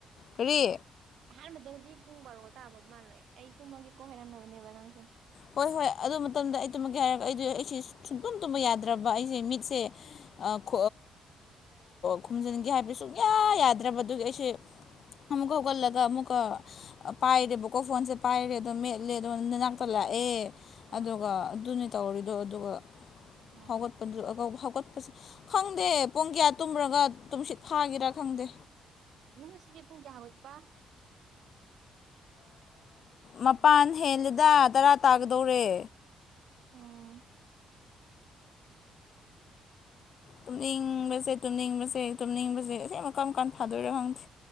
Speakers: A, on the left; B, on the right.
A: ꯀꯔꯤ
B: ꯑꯍꯥꯟꯕꯗꯗꯤ ꯄꯨꯡ ꯕꯥꯔꯣꯒ ꯇꯥꯕ ꯃꯥꯜꯂꯦ ꯑꯩ ꯇꯨꯝꯃꯒꯦꯀꯣ ꯍꯥꯏꯔꯝꯃꯕꯅꯦꯕ ꯅꯪꯁꯦ꯫
A: ꯍꯣꯏ ꯍꯣꯏ ꯑꯗꯨ ꯃꯇꯝꯗ ꯑꯩ ꯇꯨꯝꯃꯛꯀꯤꯦ ꯍꯥꯏꯔꯒ ꯑꯩꯗ ꯑꯩꯁꯦ ꯁꯨꯡꯛꯇꯨꯝ ꯇꯨꯝꯕ ꯌꯥꯗ꯭ꯔꯕ ꯑꯩꯁꯦ ꯃꯤꯠꯁꯦ <unintelligible> ꯈꯣꯨꯝꯖꯤꯟꯒꯦ ꯍꯥꯏꯕ ꯁꯨꯡꯌꯥ ꯌꯥꯗ꯭ꯔꯕ ꯑꯗꯨꯒꯤ ꯑꯩꯁꯦ꯫ ꯑꯃꯨꯛꯀꯒꯜꯂꯒ ꯑꯃꯨꯀ ꯑ ꯄꯥꯏꯔꯦꯕꯀꯣ ꯐꯣꯟꯁꯦ ꯄꯥꯏꯔꯦ ꯑꯗꯣ ꯃꯦꯠꯂꯦ ꯑꯗꯣ ꯅꯅꯥꯛꯇ ꯂꯥꯛꯑꯦ
B: ꯑꯧ
A: ꯑꯗꯨꯒ ꯑꯗꯨꯅꯤ ꯇꯧꯔꯤꯗꯣ ꯑꯗꯨꯒ
B: ꯑꯣ
A: ꯍꯧꯒꯠꯄꯗꯨ ꯍꯧꯒꯠꯄꯁꯦ ꯈꯪꯗꯦ ꯄꯨꯡ ꯀꯌꯥ ꯇꯨꯝꯔꯒ ꯇꯨꯝꯁꯤꯠ ꯐꯥꯒꯦꯔꯥ ꯈꯪꯗꯦ
B: ꯅꯣꯏ ꯁꯤꯗꯤ ꯄꯨꯨꯡ ꯆꯥꯥꯎꯠ ꯄ
A: ꯃꯄꯥꯟ ꯍꯦꯜꯂꯦꯗ ꯇꯔꯥ ꯇꯥꯒꯗꯧꯔꯦ
B: ꯑꯣ
A: ꯇꯨꯝꯅꯤꯡꯕꯁꯦ ꯇꯨꯝꯅꯤꯡꯕꯁꯦ ꯇꯨꯝꯅꯤꯡꯕꯁꯦ ꯑ ꯑꯃ ꯀꯝꯀꯥꯟ ꯐꯥꯗꯣꯏꯅꯣ ꯈꯪꯗꯦ